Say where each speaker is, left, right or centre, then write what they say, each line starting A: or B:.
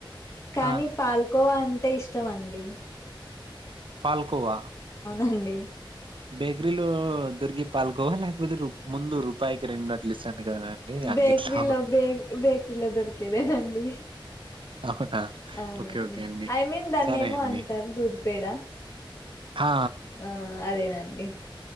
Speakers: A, on the left; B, on the right.
A: కానీ
B: ఆ!
A: పాల్కోవా అంటే ఇష్టమ అండి
B: పాల్కోవా
A: అండి
B: బేకారి లో దొరికి <unintelligible> ముపపాయికి రెండు అట్లా ఇస్తాను కదాండి అంగిట్లో
A: బేకరీలో బే బేకరీలో దొరికేదేనండి
B: అవునా!
A: అవునండి
B: ఓకే. ఓకే అండి.
A: ఐ మీన్ దాన్న
B: సరే
A: ఏమో
B: అండి.
A: అంటారు దూద పేడ
B: ఆ! ఆ!
A: ఆ అదే అండి